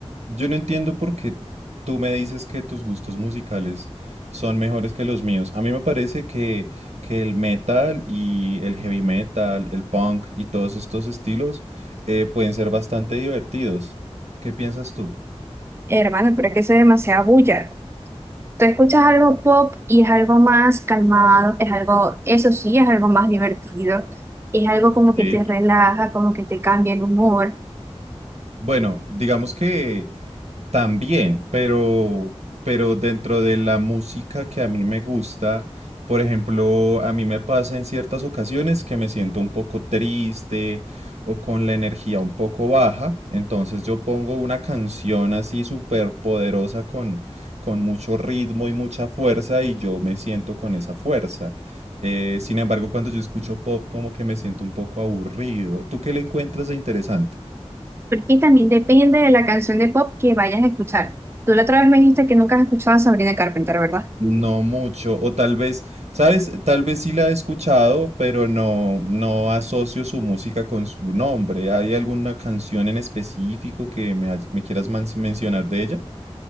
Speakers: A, on the right (about 80°); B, on the right (about 20°).
A: Yo no entiendo por qué tú me dices que tus gustos musicales son mejores que los míos. A mí me parece que, que el metal y el heavy metal, el punk y todos estos estilos eh, pueden ser bastante divertidos. ¿Qué piensas tú?
B: Hermano, pero es que eso es demasiada bulla. Tú escuchas algo pop y es algo más calmado, es algo, eso sí, es algo más divertido, es algo como
A: Sí.
B: que te relaja, como que te cambia el humor.
A: Bueno, digamos que También, pero, pero dentro de la música que a mí me gusta, por ejemplo, a mí me pasa en ciertas ocasiones que me siento un poco triste o con la energía un poco baja, entonces yo pongo una canción así súper poderosa con, con mucho ritmo y mucha fuerza y yo me siento con esa fuerza. Eh, sin embargo, cuando yo escucho pop, como que me siento un poco aburrido. ¿Tú qué le encuentras de interesante?
B: Porque también depende de la canción de pop que vayas a escuchar. Tú la otra vez me dijiste que nunca has escuchado a Sabrina Carpenter, ¿verdad?
A: No mucho, o tal vez, ¿sabes? Tal vez sí la he escuchado, pero no, no asocio su música con su nombre. ¿Hay alguna canción en específico que me, ha- me quieras man- mencionar de ella?